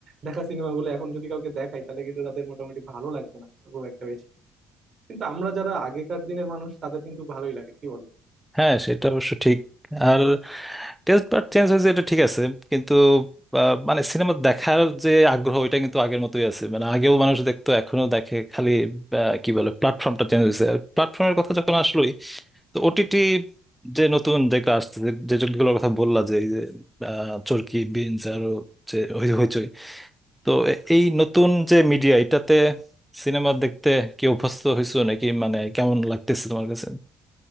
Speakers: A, on the right (about 50°); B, in the centre.
A: দেখা সিনেমাগুলো এখন যদি কাউকে দেখাই তাহলে কিন্তু তাদের মোটামুটি ভালো লাগবে না খুব একটা বেশি কিন্তু আমরা যারা আগেকার দিনের মানুষ তাদের কিন্তু ভালোই লাগে কি বলো
B: হ্যাঁ সেটা অবশ্য ঠিক আর টেস্ট বার চেঞ্জ হয়েছে এটা ঠিক আছে কিন্তু আহ, মানে সিনেমা দেখার যে আগ্রহ ওইটা কিন্তু আগের মতোই আছে মানে আগেও মানুষ দেখতো এখনো দেখে খালি আহ, কি বলে প্ল্যাটফর্মটা চেঞ্জ হয়েছে প্ল্যাটফর্মের কথা যখন আসলোই তো ওটিটি যে নতুন যেগুলো আসছে যে যেগুলোর কথা বললা যে এই যে আহ, চরকি বিনস আরো যে হই- হইচই তো এ- এই নতুন যে মিডিয়া এটাতে সিনেমা দেখতে কি অভ্যস্ত হয়েছো নাকি মানে কেমন লাগতেছে তোমার কাছে